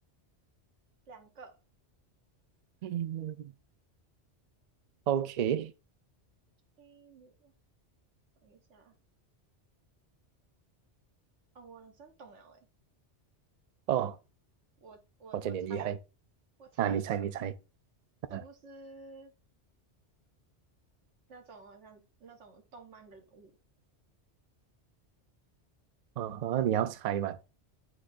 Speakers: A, on the right; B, on the right.
A: 两个。
B: 嗯，？OK，
A: 虚拟的，等一下。哦，我真懂了诶，
B: 哦，
A: 我我我猜，
B: 我觉得你很厉害
A: 我猜一个，
B: 啊！你猜，你猜啊，
A: 是不是那种好像那种动漫人物？
B: 哦呵，你要猜吗？